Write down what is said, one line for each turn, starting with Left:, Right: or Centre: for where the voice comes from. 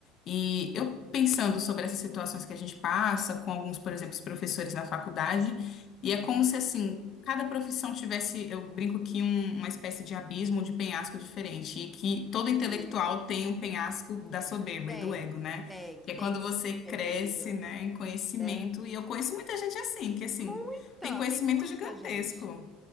Left: e eu pensando sobre essas situações que a gente passa, com alguns, por exemplo, os professores na faculdade, e é como se assim, cada profissão tivesse, eu brinco que um- uma espécie de abismo, de penhasco diferente, e que todo intelectual
Centre: Sim,
Left: tem um penhasco da soberba
Centre: tem,
Left: e do ego, né?
Centre: tem,
Left: Que é
Centre: tem
Left: quando
Centre: sim,
Left: você cresce,
Centre: minha querida,
Left: né, em conhecimento.
Centre: né?
Left: E eu conheço muita gente assim, que assim,
Centre: Muita,
Left: tem conhecimento
Centre: tem muita
Left: gigantesco.
Centre: gente.